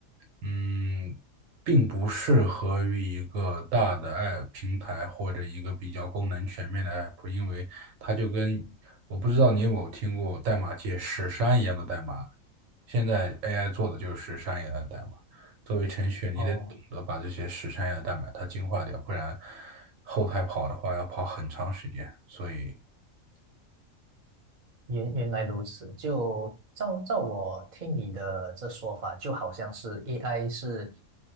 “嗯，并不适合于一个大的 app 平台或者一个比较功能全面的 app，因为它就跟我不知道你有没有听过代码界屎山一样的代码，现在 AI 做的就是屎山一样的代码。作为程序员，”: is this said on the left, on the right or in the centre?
Right